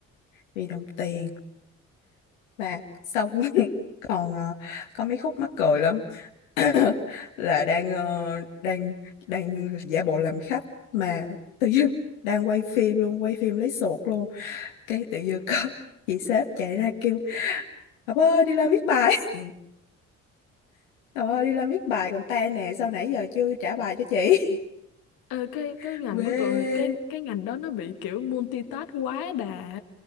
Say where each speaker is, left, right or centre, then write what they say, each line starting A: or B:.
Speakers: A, on the left; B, on the left.
A: vì đồng tiền mà xong <laughs> còn ờ, có mấy khúc mắc cười lắm <coughs> là đang ờ, đang đang giả bộ làm khách mà tự dưng đang quay phim luôn quay phim lấy sột luôn cái tự dưng có <laughs> chị sếp chạy ra kêu Ngọc ơi đi làm viết bài <laughs> Ngọc ơi đi làm viết bài còn tan nè sao nãy giờ chưa trả bài cho chị
B: Ờ, cái
A: <laughs>
B: cái ngành
A: quê
B: của tụi cái cái ngành đó nó bị kiểu multitask quá đà